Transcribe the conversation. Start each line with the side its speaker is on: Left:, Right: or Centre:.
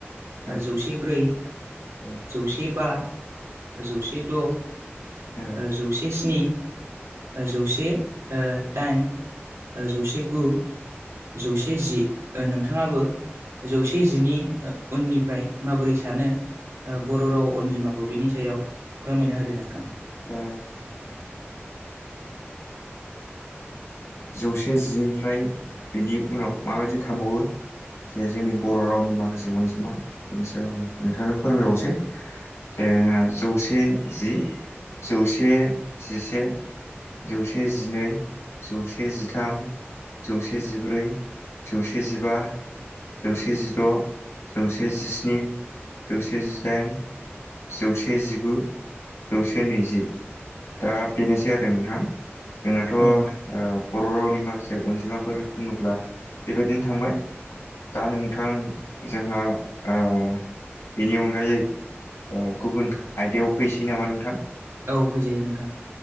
Right: ओ
Left: औ
Right: जौसे ब्रै
Left: औ
Right: जौसेबा जौसे द'
Left: औ
Right: जौसे स्नि जौसे दाइन जौसे गु जौसे जि नोंथाङाबो जौसे जिनि उननिफ्राय माबोरै सानो बर' राव अनजिमाखौ बिनि सायाव फोरमायना होदो नोंथां।
Left: ओ जौसे जिनिफ्राय बेनि उनाव माबायदि थांबावो? जे जोंनि बर' रावनि माखासे अनजिमा बेनि सायाव आं नोंथांनो फोरमायबावसै। जे जौसे जि जौसे जिसे जौसे जिनै। जौसे जिथाम जौसे जिब्रै जौसे जिबा। जौसे जिद' जौसे जिस्नि जौसे जिदाइन जौसे जिगु जौसे नैजि। दा बेनोसै आरो नोंथां जोंनाथ'
Right: औ नोंथां
Left: बर' रावनि माखासे अनजिमाफोर बुङोब्ला बेबायदिनो थांबाय। दा नोंथां जोंहा बिनि अनगायै गुबुन आयदायाव फैसै नामा नोंथां?
Right: औ फैजायो नोंथां।